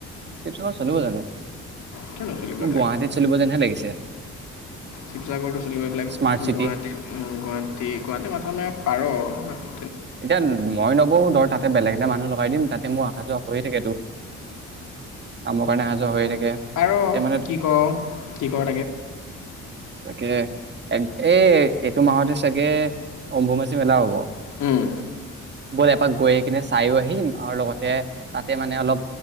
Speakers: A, on the right (about 35°); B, on the left (about 75°).
A: শিৱসাগৰত চলিব জানো,
B: কিয় নচলিব এইবিলাক
A: মোক গুৱাহাটীত চলিব যেনহে লাগিছে।
B: শিৱসাগৰটো চলিব এইবিলাক
A: স্মাৰ্ট চিটি
B: গুৱাহাটী, গুৱাহাটী, গুৱাহাটী মাথা মাৰিব পাৰ। <unintelligible>
A: এতিয়া মই নবহোঁ ধৰ তাতে বেলেগ এটা মানুহ লগাই দিম তা মোৰ অহা যোৱা হৈয়ে থাকে তো। কামৰ কাৰণে অহা যোৱা হৈয়ে থাকে,
B: পাৰ
A: তাতে মানে
B: কি ক কি কৰ
A: তাকে এ এইটো মাহতে চাগে অম্বুবাচী মেলা হ'ব।
B: উম
A: বল এপাক গৈ আহ কিনে চায়ো আহিম আৰু লগতে তাত তা মানে অলপ